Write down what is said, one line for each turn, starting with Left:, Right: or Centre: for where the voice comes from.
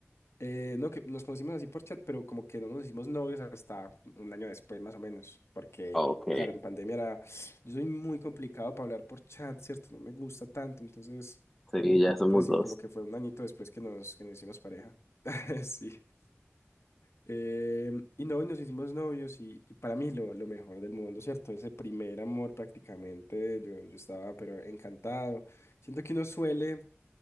Left: Eh, no, que nos conocimos así por chat, pero como que no nos hicimos novios hasta un año después, más o menos. Porque,
Centre: Ok,
Left: claro, en pandemia era. Yo soy muy complicado para hablar por chat, ¿cierto? No me gusta tanto. Entonces,
Centre: sí, ya somos
Left: entonces sí,
Centre: dos.
Left: como que fue un añito después que nos, que nos hicimos pareja. <laughs> Sí. Eh, y no, y nos hicimos novios. Y, y para mí, lo, lo mejor del mundo, ¿cierto? Ese primer amor prácticamente. Yo, yo estaba, pero encantado. Siento que uno suele